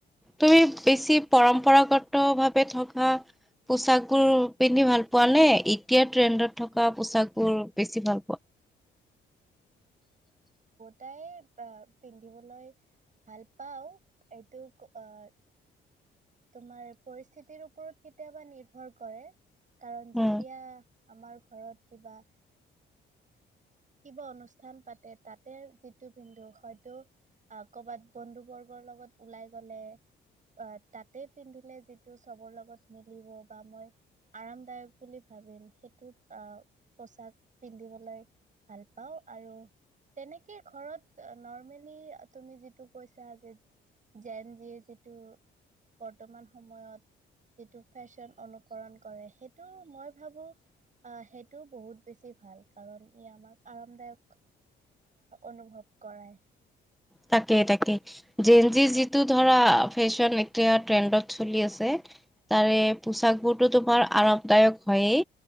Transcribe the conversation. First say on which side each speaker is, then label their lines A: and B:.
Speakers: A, in the centre; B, on the right.
A: তুমি বেছি পৰম্পৰাগত ভাৱে থকা পোচাকবোৰ পিন্ধি ভাল পোৱা নে এতিয়া ট্ৰেণ্ডত থকা পোচাকবোৰ বেছি ভাল পোৱা?
B: টাই আহ পিন্ধিবলৈ ভাল পাওঁ এইটো আহ তোমাৰ পৰিস্থিতিৰ ওপৰত কেতিয়াবা নিৰ্ভৰ কৰে! কাৰণ যেতিয়া
A: উম
B: আমাৰ ঘৰত কিবা কিবা অনুষ্ঠান পাতে তাতে যিটো পিন্ধো হয়তো আহ কৰবাত বন্ধু বৰ্গৰ লগত ওলাই গলে আহ তাতে পিন্ধিলে যিটো চবৰ লগত মিলিব বা মই আৰামদায়ক বুলি ভাবিম সেইটো আহ পোচাক পিন্ধিবলৈ ভাল পাওঁ আৰু তেনেকেই ঘৰত নৰ্মেলি তুমি যিটো কৈছা যে যেন যিয়ে যিটো বৰ্তমান সময়ত যিটো ফেশ্বন অনুকৰণ কৰে সেইটো মই ভাবোঁ সেইটো বহুত বেছি ভাল কাৰণ ই আমাক আৰামদায়ক অনুভৱ কৰায়।
A: তাকেই, তাকে, যেঞ্জি যিটো ধৰা ফেশ্বন এতিয়া ট্ৰেণ্ডত চলি আছে তাৰে
B: হয়,
A: পোচাকবোৰ তো-তোমাৰ আৰামদায়ক হয়েই